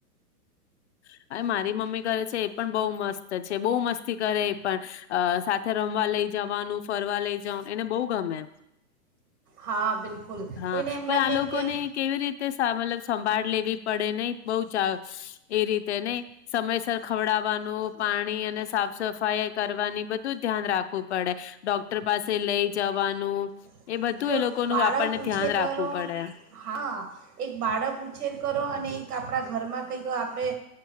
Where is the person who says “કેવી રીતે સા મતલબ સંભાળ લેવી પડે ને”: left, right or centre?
Left